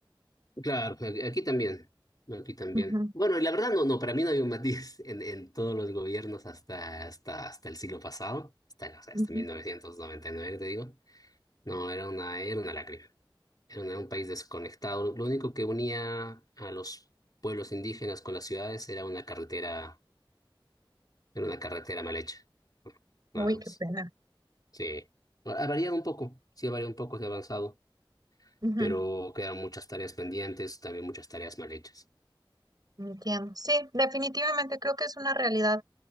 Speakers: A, on the left; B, on the right.
A: Claro, a- aquí también, aquí también.
B: Ujú,
A: Bueno, y la verdad no, no, para mí no había un matiz en, en todos los gobiernos hasta, hasta, hasta el siglo pasado, hasta, no sé,
B: ujú.
A: hasta 1999, que te digo. No, era una, era una lágrima, era una- un país desconectado. Lo único que unía a los pueblos indígenas con las ciudades era una carretera, era una carretera mal hecha, ¿no?
B: Uy,
A: nada más.
B: qué pena.
A: Sí, ha variado un poco, sí ha variado un poco, se ha avanzado,
B: Ujú,
A: pero quedan muchas tareas pendientes, también muchas tareas mal hechas.
B: Entiendo. Sí, definitivamente creo que es una realidad,